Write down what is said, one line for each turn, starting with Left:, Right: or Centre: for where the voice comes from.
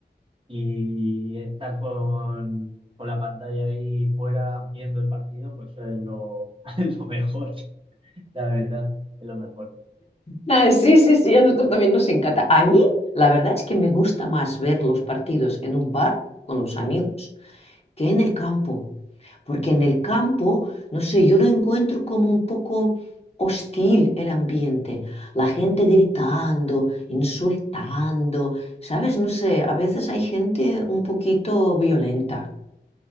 Right: y estar con, con la pantalla ahí fuera viendo el partido, pues eso es lo, <laughs> es lo mejor, la verdad, es lo mejor.
Left: Ah, sí, sí, sí, a nosotros también nos encanta. A mí, la verdad es que me gusta más ver los partidos en un bar con los amigos que en el campo, porque en el campo, no sé, yo lo encuentro como un poco hostil el ambiente, la gente gritando, insultando, ¿sabes? No sé, a veces hay gente un poquito violenta.